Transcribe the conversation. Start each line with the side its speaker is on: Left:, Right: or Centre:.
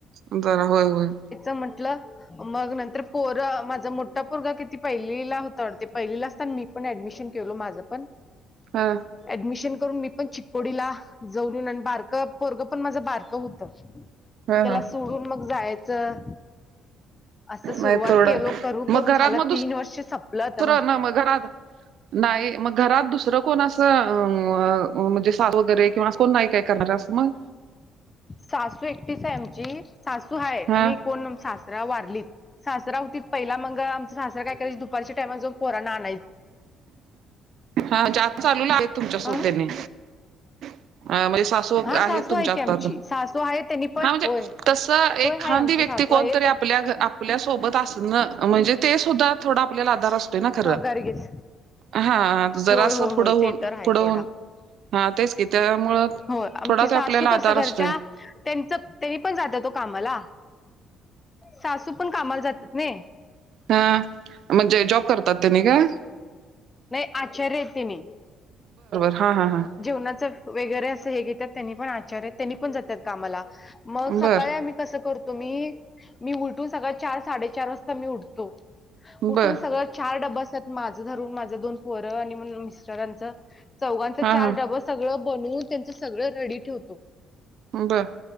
Right: बर होय होय.
Left: म्हटलं. मग नंतर पोर माझा मोठा पोरगा किती पहिलीला होता ते पहिलीला असता मी पण ऍडमिशन केललं माझं पण.
Right: हा.
Left: ऍडमिशन करून मी पण चिकोडीला जाऊन येऊन आणि बारक पोरग पण माझं बारक होत. त्याला
Right: ह ह
Left: सोडून मग जायचं? असं सुरुवात
Right: नाही थोडं
Left: केलो करून करून
Right: मग
Left: झालं
Right: घरात मग दुस
Left: तीन वर्ष संपलं तर
Right: दुसरं ना मग घरात. नाही मग घरात दुसरं कोण असं अ म्हणजे सासू वगैरे किंवा कोण नाही काय करणार असं मग
Left: सासू एकटीस आहे आमची सासू हाय
Right: हा
Left: आणि कोण सासरा वारलीत. सासरा होती पहिला मग आमचा साजरा काय करायचीत दुपारच्या टाईमाला जाऊन पोराना आण.
Right: हा जास्त चालून आल तुमच्या सोबत
Left: अ
Right: त्यांनी. अ म्हणजे सासू
Left: हा
Right: आहेत
Left: सासू
Right: तुमच्या
Left: आहे की
Right: हातात
Left: आमची सासू आहे त्यांनी पण
Right: हा म्हणजे
Left: होय
Right: तस एक
Left: होय हाय
Right: खांदी
Left: आमची
Right: व्यक्ती
Left: सासू
Right: कोणतरी
Left: आहे ते
Right: आपल्या आपल्या सोबत असणं म्हणजे ते सुद्धा थोडं आपल्याला आधार असतोय ना खरं?
Left: हा गरगेच
Right: अ हा जरासं
Left: होय होय होय
Right: पुढ होऊन
Left: ते तर आहे
Right: पुढं
Left: थोडा
Right: होऊन हा तेच कि त्यामुळं
Left: होय आमची
Right: थोडा त्यो
Left: सासू
Right: आपल्याला आधार
Left: कसं करत्या
Right: असतोय.
Left: त्यांच त्यांनी पण जातात ओ कामाला सासू पण कामाला जातात नाई.
Right: हा म्हणजे जॉब करतात तेनी काय?
Left: आचारी आहेत तेनी
Right: हा हा हा
Left: जेवणाचं वगैरे असं हे घेतात त्यांनी पण आचार आहेत त्यांनी पण जातात कामाला, मग
Right: बर
Left: सकाळी आम्ही कसं करतो मी, मी उलटून सकाळ चार साडेचार वाजता मी उडतो. उठून
Right: बर
Left: सगळं चार डब्ब असतात माझं धरून माझ दोन पोरं आणि मिस्टरांच चौघांचं
Right: हा
Left: चार
Right: हा
Left: डबस सगळं बनवून त्यांच सगळं रेडी ठेवतो.
Right: ब.